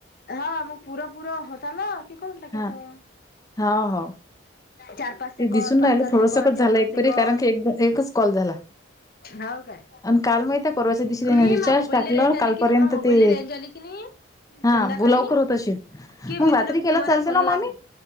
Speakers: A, on the left; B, on the left.
A: हा मग पुरंपुरं होत आलं की करून टाकायचं.
B: हा हो हो
A: चार पाच सेकंद
B: ते दिसून
A: पाच
B: राहिलं
A: सहा
B: थोडसकच
A: सेकंद चार
B: झालं
A: पाच
B: एक
A: सेकंद.
B: परी कारण की एक एकच कॉल झाला
A: हो काय
B: आणि काल माहित आहे परवाच्या दिवशी त्याने
A: मी
B: रिचार्ज
A: इन ना मोबाईलले
B: टाकलं
A: रेंज
B: कालपर्यंत
A: आली की नाही माझ्या मोबाईलले
B: ते
A: रेंज आली कि नाही
B: हा
A: संध्याकाळी
B: लवकर होत अशील
A: कि
B: मग
A: मी
B: रात्री
A: तुला
B: केलं
A: तुम्हाले
B: चालते
A: फोन
B: ना
A: लावेल.
B: मामी